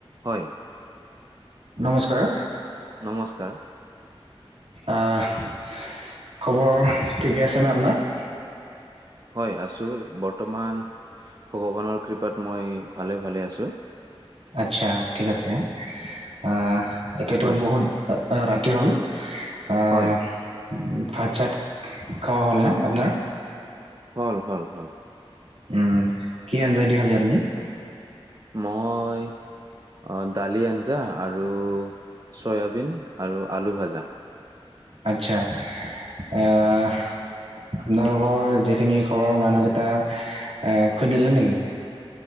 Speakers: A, on the right (about 40°); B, on the right (about 80°).
A: হয়।
B: নমস্কাৰ,
A: নমস্কাৰ।
B: অহ। খবৰ ঠিকে আছে নে আপোনাৰ?
A: হয় আছোঁ, বৰ্তমান ভগৱানৰ কৃপাত মই ভালে ভালে আছোঁ।
B: আচ্ছা, ঠিক আছে, অ', এতিয়াতো
A: হয়,
B: বহুত অ', ৰাতি হ'ল অ'।
A: হয়,
B: উম, ভাত চাত খাৱা হ'ল ন' আপোনাৰ?
A: হ'ল, হ'ল, হ'ল।
B: উম, কি আঞ্জাই দি খালি আপনি?
A: মই অ', দালি, আঞ্জা আৰু চয়াবিন আৰু আলুভাজা।
B: আচ্ছা, এ আপোনালোকৰ যিখিনি ঘৰৰ মানুহকেইটা আ, শুই দিলে নেকি?